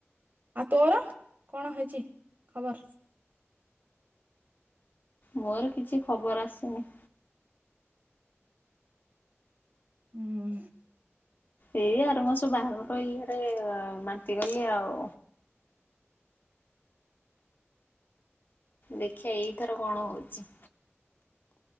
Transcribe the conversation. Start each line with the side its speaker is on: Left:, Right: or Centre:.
Right: ଆଉ ତୋର କଣ ହେଇଚି ଖବର?
Left: ମୋର କିଛି ଖବର ଆସିନି।
Right: ହୁଁ।
Left: ଏଇ ଆର ମାସ ବାହାଘର ଇଆଡ଼େ ବାନ୍ତି କଲି ଆଉ। ଦେଖିଆ ଏଇ ଥର କଣ ହଉଚି।